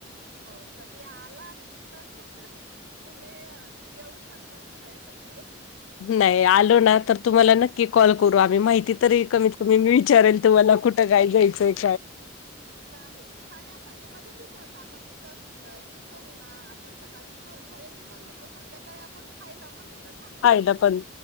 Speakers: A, on the right; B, on the left.
A: हो. कधी आलात तर <unintelligible> तुम्ही येऊ शकता, फिरायसाठी.
B: नाही. आलो ना तर, तुम्हाला नक्की कॉल करू आम्ही. माहिती तरी कमीत- कमी मी विचारेल तुम्हाला. कुठ काय घेयचंय?
A: नाही. खाण्यासाठी, म्हणजे तिथंच आपण जिथं, क ही करुना. आपण सकाळची क खरेदी करू. तर संध्याकाळी आपण खायला पण, तीत त थांबू
B: खायला
A: शकतो.
B: पण